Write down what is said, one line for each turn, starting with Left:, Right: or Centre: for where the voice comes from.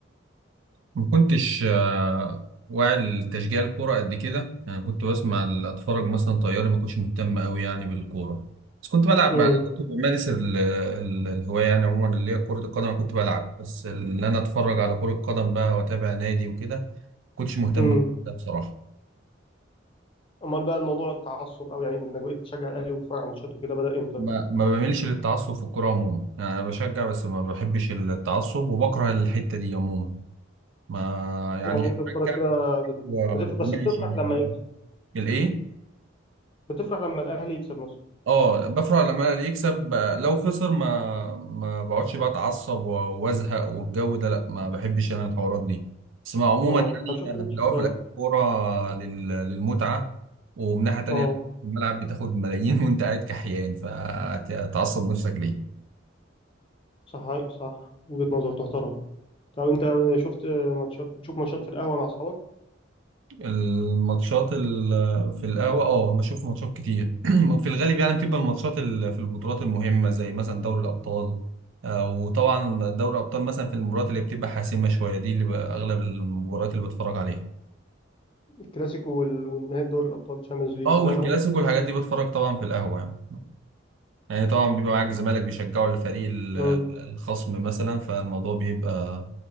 Right: ما كنتش آه، واعي لتشجيع الكورة قد كده يعني كنت بسمع ال- اتفرج مثلا طياري ما كنتش مهتم قوي يعني بالكورة بس كنت بلعب
Left: امم
Right: بقى- كنت بمارس ال- ال- الهواية يعني عموما اللي هي كرة القدم أنا كنت بلعب بس اللي انا اتفرج على كرة قدم بقى واتابع نادي وكده ما كنتش مهتم
Left: امم
Right: بده بصراحة
Left: امال بقى الموضوع التعصب او يعني انك بقيت تشجع الاهلي وتتفرج على ماتشاته كده بدا امتى
Right: ما
Left: بقى
Right: ما بعملش للتعصب في الكورة عموما يعني انا بشجع بس ما بحبش التعصب وبكره الحتة دي عموما ما يعني
Left: اه
Right: بشجع
Left: انت بتتفرج كده بت-
Right: آه،
Left: بتف... بس
Right: ماشي
Left: بتفرح لما يكسب
Right: الايه
Left: بتفرح لما الاهلي يكسب مثلا
Right: اه بفرح لما انا اللي يكسب لو خسر ما ما بقعدش بقى اتعصب و- وازهق والجو ده لا ما بحبش انا الحوارات دي بس مع عموما
Left: اه طب شفت
Right: يعني أنا
Left: ماتش
Right: في الاول وفي
Left: اه
Right: الاخر كوره لل- للمتعه ومن ناحيه تانيه
Left: آه،
Right: الملعب بتاخد ملايين <laughs> وانت قاعد كحيان فتعصب نفسك ليه
Left: صح صح وجهه نظر تحترم طب انت شفت آه، ماتشات بتشوف ماتشات في القهوه مع اصحابك
Right: الماتشات ال- في القهوة اه بشوف ماتشات كتير <clears throat> في الغالب يعني بتبقى الماتشات ال- في البطولات المهمة زي مثلا دوري الأبطال آه، وطبعا دوري الأبطال مثلا في المباريات اللي بتبقى حاسمة شوية دي اللي بقى أغلب المباريات اللي بتفرج عليها
Left: الكلاسيكو وال- والنهائي دوري الابطال الشامبيونز ليج
Right: اه
Left: والكلام
Right: والكلاسيكو والحاجات دي بتفرج طبعا في القهوة يعني يعني طبعا بيبقى معاك زمالك بيشجعوا الفريق ال-
Left: ده
Right: الخصم مثلا فالموضوع بيبقى